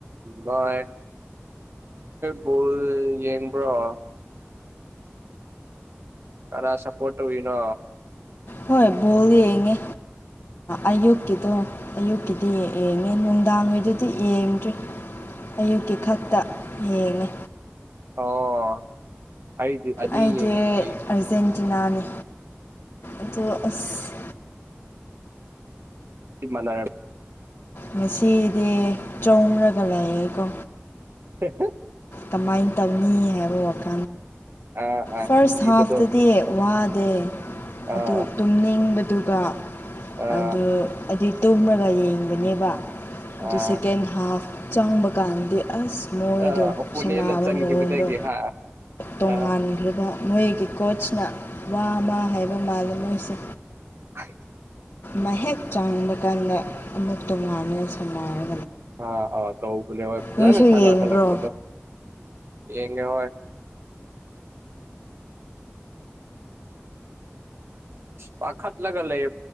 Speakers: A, on the right; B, on the left.
A: ꯅꯣꯏ ꯚꯜ ꯌꯦꯡꯕ꯭ꯔꯣ ꯀꯅꯥ ꯁꯄꯣꯇ ꯑꯣꯏꯅꯣ
B: ꯍꯣꯏ ꯕꯣꯜ ꯌꯦꯡꯉꯦ ꯑꯌꯨꯛꯀꯤꯗꯣ ꯑꯌꯨꯛꯀꯤꯗꯤ ꯌꯦꯡꯉꯦ ꯅꯨꯡꯗꯥꯡ ꯋꯥꯥꯡꯉꯩꯗꯨꯗꯤ ꯌꯦꯡꯗ꯭ꯔꯤ ꯑꯌꯨꯛꯀꯤ ꯈꯛꯇ ꯌꯦꯡꯉꯦ
A: ꯑꯣ ꯑꯩꯗꯤ ꯑꯅꯤ
B: ꯑꯩꯗꯤ
A: ꯌꯦꯡꯉꯦ ꯑꯩꯗꯤ
B: ꯑꯔꯖꯦꯟꯇꯤꯅꯥꯅꯤ ꯑꯗꯨ ꯑꯁ
A: ꯃꯅꯔ
B: ꯉꯁꯤꯗꯤ ꯆꯣꯡꯔꯒ ꯂꯩꯥꯛꯑꯦꯀꯣ
A: ꯍ
B: ꯀꯃꯥꯏꯅ ꯇꯧꯅꯤ ꯍꯥꯏꯕ ꯋꯥꯐꯝ
A: ꯑꯥ ꯑꯥ
B: ꯐꯥꯔꯁ
A: ꯀꯤꯕꯗꯣ
B: ꯍꯥꯐꯇꯗꯤ ꯋꯥ ꯗꯦ
A: ꯑꯥ
B: ꯑꯗꯨ ꯇꯨꯝꯅꯤꯡꯕꯗꯨꯒ
A: ꯑꯥ
B: ꯑꯗꯨ ꯍꯥꯏꯗꯤ ꯇꯨꯝꯂꯒ ꯌꯦꯡꯕꯅꯦꯕ
A: ꯑꯥ
B: ꯑꯗꯨ ꯁꯦꯀꯦꯟ ꯍꯥꯐ ꯆꯪꯕ ꯀꯥꯟꯗꯤ ꯑꯁ ꯃꯣꯏꯗꯣ
A: ꯑꯥ ꯑꯣꯄꯣꯅꯦꯟꯅ
B: ꯁꯅꯥꯕ
A: ꯆꯟꯈꯤꯕꯗꯒꯤ
B: ꯃꯑꯣꯡꯗꯣ
A: ꯍꯥ ꯑꯥ
B: ꯇꯣꯉꯥꯟꯈ꯭ꯔꯤꯕ ꯃꯣꯏꯒꯤ ꯀꯣꯆꯅ ꯋꯥ ꯑꯃ ꯍꯥꯏꯕ ꯃꯥꯜꯂꯦ ꯃꯣꯏꯁꯦ
A: ꯍꯥꯏ
B: ꯃꯍꯦꯛ ꯆꯥꯡꯕ ꯀꯥꯟꯗ ꯑꯃꯨꯛ ꯇꯣꯉꯥꯟꯃꯤꯅ ꯁꯝꯅꯔ
A: ꯍ ꯑꯥꯎ ꯇꯂꯦ ꯃꯖ
B: ꯅꯣꯏꯁꯨ
A: ꯁꯥꯗ
B: ꯌꯦꯡꯕ꯭ꯔꯣ
A: ꯑ ꯀ ꯂꯥꯛꯄꯗ ꯌꯦꯅꯦ ꯍꯣꯏ ꯄꯥꯈꯠ ꯂꯒꯦꯜ ꯂꯩ